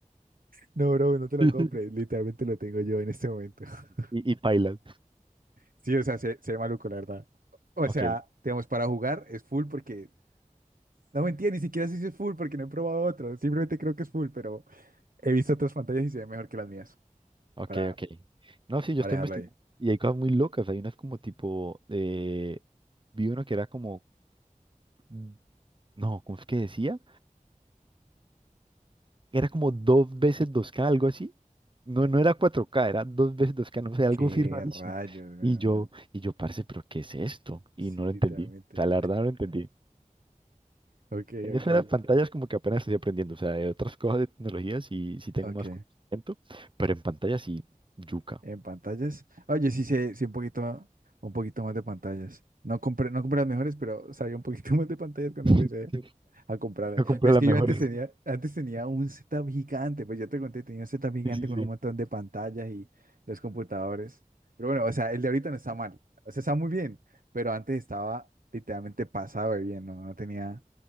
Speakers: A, on the right; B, on the right.
A: No, bro, no te lo
B: <laughs>
A: compres. Literalmente lo tengo yo en este momento. <laughs>
B: Y, y pailas.
A: Sí, o sea, se, se ve maluco, la verdad. O
B: Ok,
A: sea, digamos, para jugar es full porque... No mentira, ni siquiera sé si es full porque no he probado otro. Simplemente creo que es full, pero he visto otras pantallas y se ve mejor que las mías.
B: ok,
A: Para,
B: ok. No, sí,
A: para
B: yo estaba
A: dejarlo
B: investigando.
A: ahí.
B: Y hay cosas muy locas. Hay unas como tipo. eh, vi uno que era como. mm, No, ¿cómo es que decía? Era como dos veces dos k algo así. No, no era cuatro k era dos veces dos k no sé, algo
A: Qué
B: así rarísimo.
A: rayos, weón.
B: Y yo, y yo, parce, ¿pero qué es esto? Y
A: Sí,
B: no lo
A: literalmente.
B: entendí. O sea, la verdad no lo entendí.
A: Ok,
B: En eso
A: ok,
B: de las pantallas como que apenas estoy aprendiendo, o sea, de otras cosas de tecnología sí, sí tengo
A: ok.
B: más conocimiento, pero en pantalla sí, yuca.
A: En pantallas. Oye, sí sé, sí, un poquito, un poquito más de pantallas. No compré, no compré las mejores, pero sabía un poquito <laughs> más de pantallas cuando
B: <laughs>
A: empecé a comprarlas.
B: No compré
A: Pero es
B: las
A: que
B: mejores.
A: yo antes tenía,
B: <laughs>
A: antes tenía un setup gigante, pues ya te conté, tenía un setup gigante
B: Sí, sí,
A: con
B: sí.
A: un montón de pantallas y los computadores. Pero bueno, o sea, el de ahorita no está mal. O sea, está muy bien, pero antes estaba literalmente pasado de bien, ¿no? No tenía